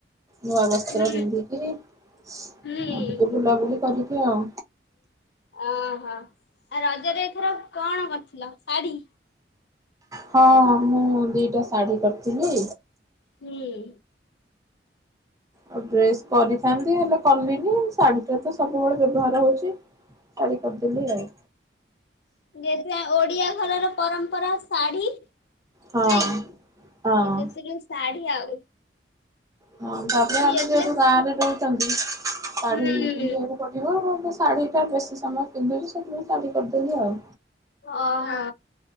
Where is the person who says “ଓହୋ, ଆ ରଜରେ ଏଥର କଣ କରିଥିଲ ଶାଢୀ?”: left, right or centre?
Left